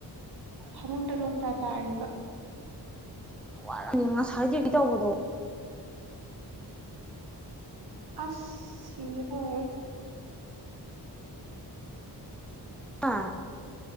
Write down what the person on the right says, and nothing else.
ꯐꯥꯃꯨꯡꯗ ꯂꯣꯡꯗ ꯇꯥꯔꯤꯕ
ꯑꯥꯁ ꯁꯤꯒꯦ ꯇꯧꯏꯍꯦ